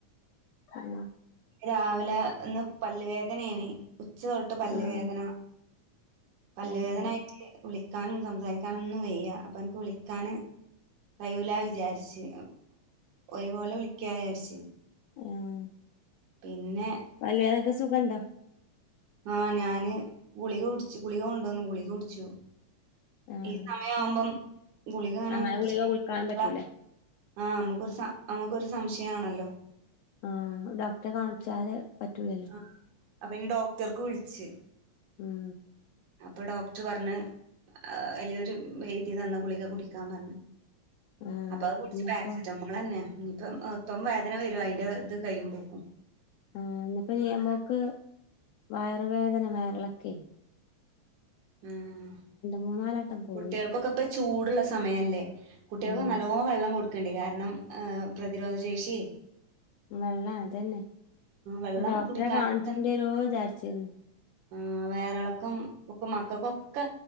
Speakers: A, on the left; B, on the right.
A: ആഹ്
B: രാവിലെ ഇന്ന് പല്ല് വേദനയാനി ഉച്ച തൊട്ട് പല്ല്
A: ആഹ്
B: വേദന പല്ലുവേദനായിട്ട്
A: അത് ശരി
B: വിളി <unintelligible> സംസാരിക്കാനും ഒന്നും വയ്യ അപ്പം കുളിക്കാന് കൈയൂല വിചാരിച്ചു ഒരുപോലെ വിളിക്ക വിചാരിച്ച്
A: ആഹ്
B: പിന്നെ
A: പല്ലേനൊക്കെ സുഖണ്ടോ
B: ആ ഞാന് ഗുളിക കുടിച്ചു ഗുളിക കൊണ്ടോന്നു ഗുളിക കുടിച്ചു
A: ആഹ്
B: ഈ സമയാമ്പം ഗുളിക <unintelligible>
A: അങ്ങനെ
B: കുടിച്ച
A: ഗുളിക
B: <unintelligible>
A: കുടിക്കാനും പറ്റൂലേ
B: ആ നമ്മുക്കൊരു നമുക്കൊരു സംശയം. ആണല്ലോ.
A: ആഹ് ഡോക്ടറെ കാണിച്ചാല് പറ്റൂലല്ലോ
B: ആ അപ്പേനും ഡോക്ടർക്ക് വിളിച്ച്.
A: ഉം
B: അപ്പോ ഡോക്ടർ പറഞ്ഞ് അയിലൊരു എഴുതി തന്ന ഗുളിക കുടിക്കാൻ പറഞ്ഞ്.
A: ആഹ്
B: അപ്പോ അത് കുടിച്ച്
A: ഇന്നിപ്പോ
B: പാരസെറ്റമോളന്നെ. ഇപ്പം ഇപ്പം വേദന വരും അയിന്റെ ഇത് കയ്യുമ്പോക്കും.
A: ആ എന്നപ്പോ ന നമ്മക്ക് വയറുവേദന വയറിളക്കേ
B: ഉം
A: മൂന്നാലട്ടം പോയി
B: കുട്ടികൾക്കൊക്കെപ്പം ചൂടുള്ള സമയല്ലേ കുട്ടികൾക്ക്
A: ഉം
B: നല്ലോ വെള്ളം കൊടു ക്കണ്ടി കാരണം ആഹ് പ്രതിരോധ ശേഷിയേ
A: വെള്ളം അതന്നെ.
B: ആ വെള്ളം
A: ഡോക്ടറെ
B: കുടിക്കാന്
A: കാണിച്ചേണ്ടിരോ
B: തന്നെ
A: വിചാരിച്ചിരുന്നു
B: ആ വയറെളക്കം ഇപ്പം ക്കൊക്കെ